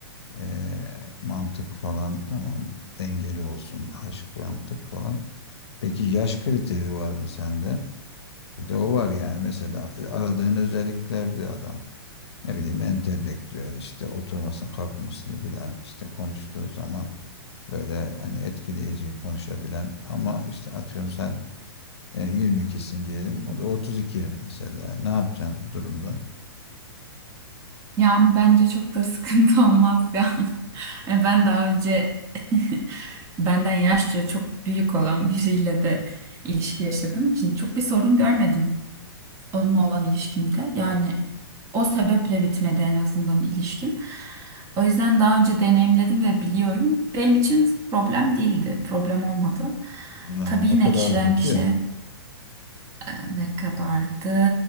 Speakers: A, on the left; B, on the right.
A: e, mantık falan tamam dengeli olsun aşk mantık falan. Peki yaş kriteri var mı sende? Bir de o var yani mesela e, aradığın özelliklerde adam ne bileyim entelektüel işte oturmasını kalkmasını bilen işte konuştuğu zaman böyle hani etkileyici konuşabilen ama işte atıyorum sen e, 22'sin diyelim o da 32 mesela ne yapacaksın bu durumda?
B: Yani bence çok da sıkıntı <laughs> olmaz ya. <laughs> E, Ben daha önce <laughs> benden yaşça çok büyük olan biriyle de ilişki yaşadığım için çok bir sorun görmedim onunla olan ilişkimde. Yani o sebeple bitmedi en azından ilişkim. O yüzden daha önce deneyimledim ve biliyorum. Benim için problem değildi, problem olmadı.
A: Yani
B: Tabii
A: ne
B: yine
A: kadardı
B: kişiden kişiye
A: ki?
B: Ee, ne kadardı?